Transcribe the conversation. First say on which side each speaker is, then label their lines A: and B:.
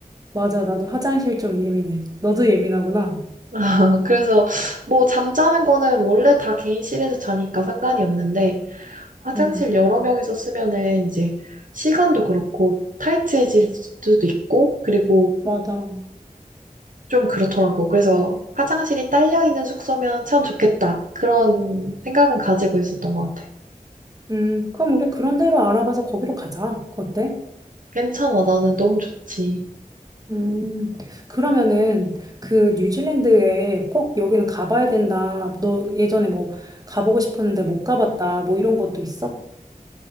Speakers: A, on the right; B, on the right.
A: 맞아. 나도 화장실 좀 예민해. 너도 예민하구나.
B: <laughs> 그래서 뭐 잠자는 거는 원래 다 개인실에서 자니까 상관이 없는데 화장실
A: 응,
B: 여러 명이서 쓰면은 이제 시간도 그렇고 타이트해질 수도 있고 그리고
A: 맞아.
B: 좀 그렇더라고. 그래서 화장실이 딸려 있는 숙소면 참 좋겠다. 그런 생각은 가지고 있었던 것 같아.
A: 음, 그럼 우리 그런 대로 알아봐서 거기로 가자. 어때?
B: 괜찮아. 나는 너무 좋지.
A: 음, 그러면은 그 뉴질랜드에 꼭 여기는 가봐야 된다. 너 예전에 뭐 가보고 싶었는데 못 가봤다. 뭐 이런 것도 있어?